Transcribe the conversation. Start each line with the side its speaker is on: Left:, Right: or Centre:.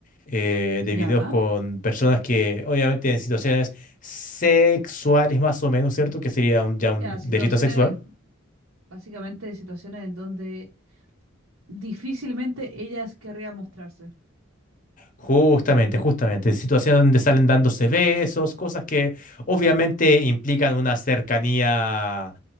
Left: eh, de
Right: Ya.
Left: videos con personas que obviamente en situaciones sexuales más o menos, ¿cierto? Que sería un- ya un
Right: Ya, situaciones,
Left: delito sexual.
Right: básicamente situaciones en donde difícilmente ellas querrían mostrarse.
Left: Justamente, justamente. Situaciones donde salen dándose besos, cosas que obviamente implican una cercanía